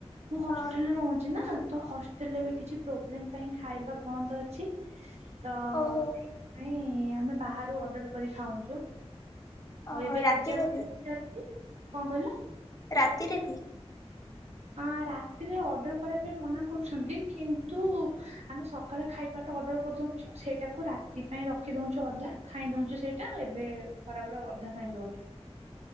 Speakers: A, on the right (about 80°); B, on the left (about 35°).
A: ମୁଁ ହଷ୍ଟେଲରେ
B: ଓ
A: ରହୁଁଚି ନା ତ ହଷ୍ଟେଲରେ ବି କିଛି ପ୍ରୋବ୍ଲେମ ପାଇଁ ଖାଇବା ବନ୍ଦ ଅଛି ତ ସେଇଥିପାଇଁ
B: ଓହୋ
A: ଆମେ ବାହାରୁ ଅର୍ଡ଼ର କରି ଖାଉଁଚୁ।
B: ଓହୋ
A: ଆଉ ଏବେ
B: ରାତିରେ
A: ଏକଜାମ୍
B: ବି
A: <unintelligible> କଣ କହିଲ?
B: ରାତିରେ ବି?
A: ଅ ରାତିରେ ଅର୍ଡର କରିବା ପାଇଁ ମନା କରୁଛନ୍ତି କିନ୍ତୁ ଆମେ ସକାଳେ ଖାଇବା ଅର୍ଡର କରିଦଉଁଚୁ ସେଇଟାକୁ ରାତି ପାଇଁ ରଖି ଦଉଁଚୁ ଅଧା, ଖାଇଁ ଦଉଁଚୁ ସେଇଟା, ଏବେ ଖରାବେଳ ଅଧା ଖାଇଁ ଦଉଁଚୁ।